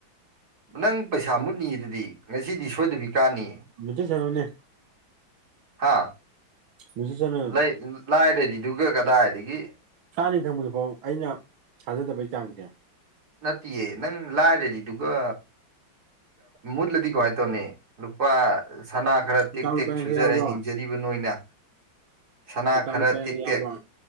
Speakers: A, on the right; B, on the right.
A: ꯅꯪ ꯄꯩꯁꯥ ꯃꯨꯠꯅꯤꯌꯦ ꯑꯗꯨꯗꯤ ꯉꯁꯤꯗꯤ ꯁꯣꯏꯗꯕꯤ ꯀꯥꯟꯅꯤ
B: ꯃꯨꯠꯆꯁꯥꯅꯨꯅꯦ
A: ꯍꯥꯥ
B: ꯃꯦꯆꯤꯠ ꯁꯅꯨ
A: ꯂꯩ ꯂꯥꯏꯔꯔꯤꯗꯨꯒ ꯀꯗꯥꯏꯗꯒꯤ
B: ꯆꯥꯅꯤ ꯈꯪꯕꯗꯨꯐꯥꯎ ꯑꯩꯅ ꯊꯥꯖꯗꯕꯩ ꯆꯥꯡꯁꯦ
A: ꯅꯠꯇꯤꯌꯦ ꯅꯪ ꯂꯥꯏꯔꯔꯤꯗꯨꯒ ꯃꯨꯠꯂꯗꯤ ꯀꯃꯥꯏ ꯇꯧꯅꯤ ꯂꯨꯄꯥ ꯁꯅꯥ ꯈꯔ
B: ꯑꯦꯀꯥꯎꯟ
A: ꯇꯦꯛ ꯇꯦꯛ
B: ꯂꯨꯄꯥ ꯌꯥꯡꯈꯩ
A: ꯁꯨꯖꯔ
B: ꯌꯥꯎꯕ꯭ꯔꯣ
A: ꯍꯤꯡꯖꯔꯤꯕ ꯅꯣꯏꯅ ꯁꯅꯥ
B: ꯑꯦꯀꯥꯎꯟ
A: ꯈꯔ
B: ꯂꯨꯄꯥ ꯌꯥꯡꯈꯩ
A: ꯇꯦꯛ ꯇꯦꯛ
B: ꯌꯥꯎꯕ꯭ꯔꯣ